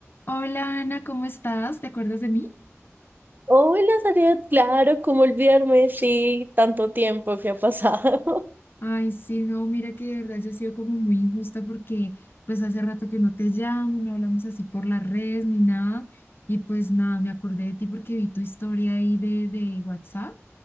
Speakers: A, on the left; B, on the right.
A: Hola Ana, ¿cómo estás? ¿Te acuerdas de mí?
B: Hola, Zaret, claro, cómo olvidarme, sí, tanto tiempo que ha pasado.
A: Ay, sí, no, mira que de verdad yo he sido como muy injusta porque pues hace rato que no te llamo, no hablamos así por las redes ni nada y pues nada, me acordé de ti porque vi tu historia ahí de, de WhatsApp